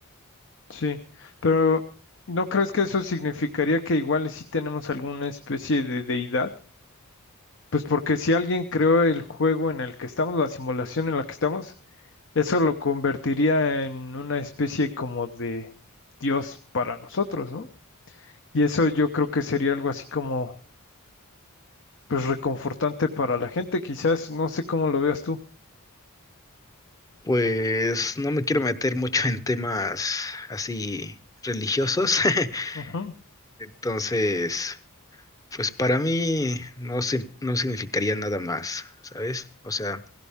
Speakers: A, on the left; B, on the left.
A: sí, pero ¿no crees que eso significaría que igual sí tenemos alguna especie de deidad? Pues porque si alguien creó el juego en el que estamos, la simulación en la que estamos, eso lo convertiría en una especie como de Dios para nosotros, ¿no? Y eso yo creo que sería algo así como, pues reconfortante para la gente, quizás, no sé cómo lo veas tú.
B: Pues, no me quiero meter mucho en temas así religiosos. <laughs>
A: Ujú.
B: Entonces. Pues para mí no, sim- no significaría nada más, ¿sabes? O sea,